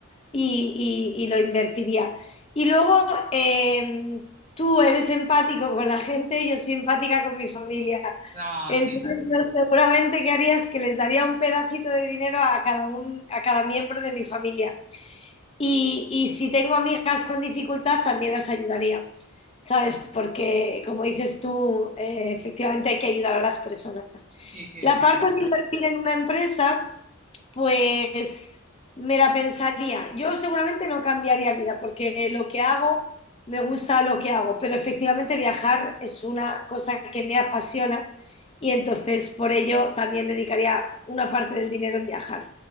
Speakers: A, on the left (about 25°); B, on the right (about 30°).
A: y, y- y lo invertiría. Y luego eh, tú eres empático con la gente, yo soy empática con mi familia.
B: Ah,
A: Entonces,
B: sí,
A: yo seguramente que haría es que les daría un pedacito de dinero a cada un, a cada miembro de mi familia. Y, y si tengo amigas con dificultad, también las ayudaría, ¿sabes? Porque, como dices tú, eh, efectivamente hay que ayudar a las personas.
B: sí, sí, es
A: La
B: muy
A: parte
B: cierto.
A: de invertir en una empresa. Pues me la pensaría. Yo seguramente no cambiaría vida porque lo que hago, me gusta lo que hago, pero efectivamente viajar es una cosa que me apasiona y entonces por ello también dedicaría una parte del dinero en viajar.